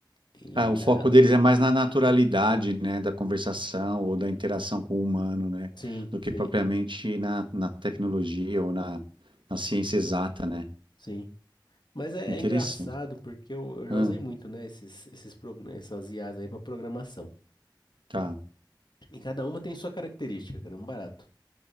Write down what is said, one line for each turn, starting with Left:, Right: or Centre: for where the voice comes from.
Left: E
Right: Ah, o foco
Left: ah,
Right: deles é mais na naturalidade, né, da conversação ou da interação com o humano, né,
Left: sim,
Right: do que
Left: sim,
Right: propriamente na, na tecnologia ou na, na ciência exata, né?
Left: sim. Mas é,
Right: Interessante.
Left: é engraçado porque eu, eu já
Right: Ah,
Left: usei muito, né, esses, esses progra- essas IAs aí para programação.
Right: tá,
Left: E cada uma tem sua característica, cara, é um barato.